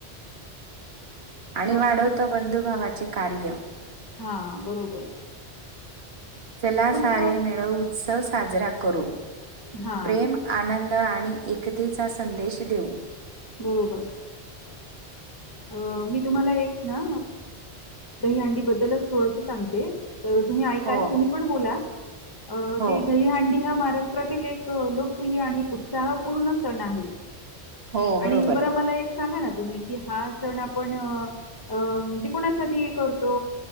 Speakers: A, on the right; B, on the left.
A: आणि
B: ह
A: वाढवतो बंधुभावाचे कार्य.
B: हा बरोबर.
A: चला
B: पुढचं
A: सारे मिळवू उत्सव साजरा करू,
B: हा
A: प्रेम आनंद आणि एकतेचा संदेश देऊ.
B: बरोबर. अं मी एक तुम्हाला एक ना, दहीहंडी बद्दलच थोडसं सांगते तर तुम्ही ऐकाल,
A: हो,
B: तुम्ही पण बोला, अं
A: हो.
B: ते दहीहांडी हा महाराष्ट्र <unintelligible> रातील एक लोकप्रिय आणि उत्साहपूर्ण सण आहे.
A: हो बरोबर.
B: आणि बरं मला एक सांगा ना तुम्ही कि हा सण आपण अ म्हणजे कोणासाठी करतो?